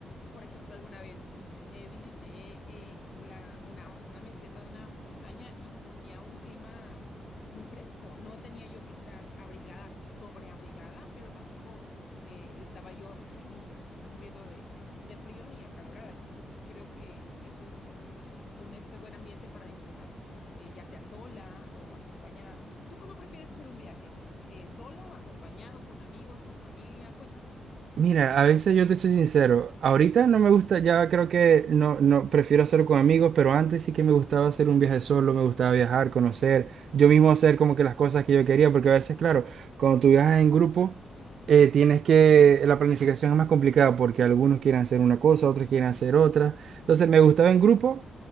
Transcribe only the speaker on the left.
por ejemplo, alguna vez eh, visité eh, la- una, una meseta de una montaña y se sentía un clima muy fresco. No tenía yo que estar abrigada, sobreabrigada, pero tampoco eh, estaba yo <laughs> ay, este, muriendo de, de frío ni acalorada. Entonces, creo que es un, un, un, este, buen ambiente para disfrutar, eh, ya sea sola o acompañada. ¿Tú cómo prefieres hacer un viaje? Eh, ¿solo, acompañado, con amigos, con familia? Cuéntame.